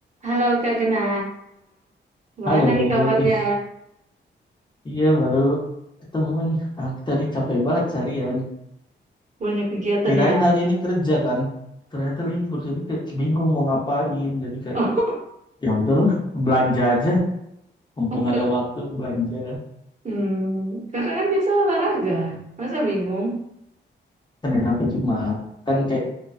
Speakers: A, on the right (about 35°); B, on the left (about 25°).
A: Halo Kak Gena, gimana
B: Halo,
A: nih kabarnya?
B: ih, iya baru ketemu nih. Ah, tadi capek banget seharian.
A: Banyak kegiatan
B: Kirain
A: ya?
B: hari ini kerja kan, ternyata libur jadi kayak bingung mau ngapain. Jadi kayak
A: Oh, <laughs>
B: ya udahlah belanja aja, mumpung
A: oh, kak,
B: ada waktu belanja
A: hmm, kakak kan biasa olahraga, masa bingung?
B: Senin sampai Jumat. Kan kayak